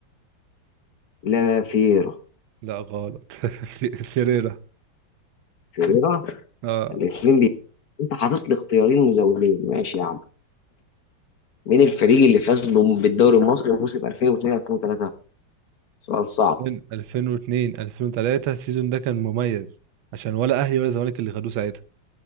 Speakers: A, on the left; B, on the right.
A: لا فييرا
B: لا غلط <laughs> في- فيريرا
A: فييرا
B: اه
A: الاثنين بي... انت حاطط لي اختيارين مزولين ماشي يا عم مين الفريق اللي فاز بم- بالدوري المصري موسم 2002 2003 سؤال صعب
B: 2000 2002 2003 السيزون ده كان مميز عشان ولا اهلي ولا زمالك اللي خدوه ساعتها